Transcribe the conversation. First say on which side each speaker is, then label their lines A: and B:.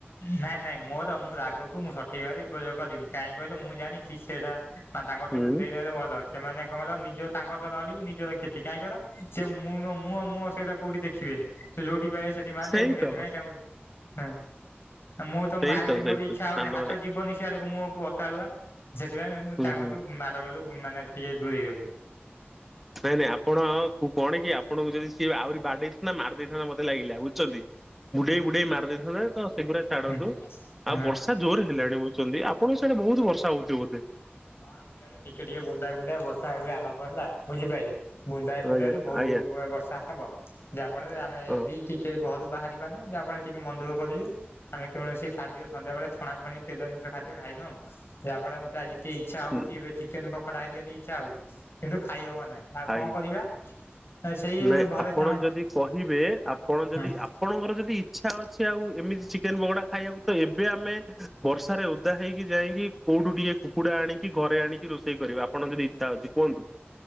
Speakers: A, on the left; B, in the centre.
A: ନାଇଁ ନାଇଁ ମୋର ମୁଁ ରାଗକୁ ମୁଁ ସଠିକ ଭି ଉପଯୋଗ କଲିଣିି କାହିଁକି କହିଲେ ମୁଁ ଜାଣିଛି ସେଇଟା ମା ତାଙ୍କଠୁ
B: ହୁଁ
A: ଦୂରେଇ ଦେଲେ ଭଲ ସେମାନେ କଣ କହିଲ ନିଜ ତାଙ୍କ ସହ ଲଢିବୁ ନିଜର କ୍ଷତି କାହିଁକି କିହିଲ ସେ ମୁଁ ମୁଁ ମୁଅ ସେଆଡ଼େ କୁଆଡେ ଦେଖିବେ ସେ ଯଉଠି ପାଇବେ ସେଠି ମାଦେ
B: ସେଇ
A: ମୁଁ ସେଥିପାଇଁ
B: ତ
A: ତାଙ୍କୁ ହୁଁ। ମୁଁ ତ
B: ସେଇ
A: ମାରିଲି ମୋର
B: ସେଇ ତ
A: ଇଚ୍ଛା
B: ସେ
A: ହଉନି
B: ସାନ
A: ହାତ
B: ଭାଇ
A: ଯିବନି ସିଆଡକୁ ମୁଁ ଅକାଳୁଆ ସେଥିପାଇଁ ମୁଁ
B: ହୁଁ
A: ଚାଙ୍ଗୁଛୁ
B: ହୁଁ।
A: ମାଡ ଗୋଳୁ ମାନେ ଟିକେ ଦୂରେଇ ରହୁଛି।
B: ନାଇଁ ନାଇଁ ଆପଣ କଣ କି ଆପଣଙ୍କୁ ଯଦି ସିଏ ଆହୁରି ବାଡ଼େଇଥାନ୍ତା ମାରି ଦେଇଥାନ୍ତା ମୋତେ ଲାଗିଲା ବୁଝୁଛନ୍ତି। ବୁଡେଇ ବୁଡେଇ ମାରି ଦେଇଥାନ୍ତା ତ ସେଗୁଡା ଛାଡନ୍ତୁ
A: ହଁ ହଁ।
B: ଆଉ ବର୍ଷା ଜୋର ହେଲାଣି ବୁଝୁଚନ୍ତି ଆପଣଙ୍କୁ ସେଇଟା ବହୁତ ବର୍ଷା ହେଉଥିବ ବୋଧେ।
A: ହଁ ଆମ ୟାଡେ ଟିକେ ଟିକେ ବୁନ୍ଦାଏ ବୁନ୍ଦାଏ ବର୍ଷା ଏବେ ଆରମ୍ଭ ହେଲା ବୁଝିପାଇଲେ। ବୁନ୍ଦାଏ ବୁନ୍ଦାଏ
B: ଆଜ୍ଞା
A: ରୁ ବହୁତ
B: ଆଜ୍ଞା
A: ବର୍ଷା ହବ ଯାହା ଫଳରେ ଆମେ
B: ହଁ
A: ବି ଟିକେ ଘରୁ ବାହାରି ପାରୁନୁ ଯାହା ଫଳରେ ଟିକେ ମନଦୁଃଖ କରୁଛୁ। ଆମେ କୌଣସି ଖାଦ୍ୟ ସନ୍ଧ୍ୟାବେଳେ ଛଣାଛଣି ତେଳ ଜିନିଷ୍ ଖାଦ୍ୟ ଖାଇନୁ ଆଉ ଯାହା ଫଳରେ ମତେ ଆଜି ଇଚ୍ଛା ହଉଛି
B: ହୁଁ
A: ଏବେ ଚିକେନ୍ ପକୋଡା ହେରିକା ଟିକେ ଇଚ୍ଛା ହଉଛି କିନ୍ତୁ ଖାଇ ହବ ନାହିଁ। ଆଉ କଣ
B: ଆଜ୍ଞା
A: କରିବା ସେଇ
B: ନାଇଁ
A: ଘରେ
B: ଆପଣ
A: କଣ
B: ଯଦି କହିବେ ଆପଣ
A: ହଁ
B: ଯଦି ଆ ଆପଣଙ୍କର ଯଦି ଇଚ୍ଛା ଅଛି ଆଉ ଏମିତି ଚିକେନ୍ ପକୋଡା ଖାଇବାକୁ ତ ଏବେ ଆମେ ବର୍ଷାରେ ଓଦା ହେଇକି ଯାଇକି କୋଉଠୁ ଟିକେ କୁକୁଡା ଆଣିକି ଘରେ ଆଣିକି ରୋଷେଇ କରିବେ ଆପଣ ଯଦି ଇ ଛା ଅଛି କୁହନ୍ତୁ।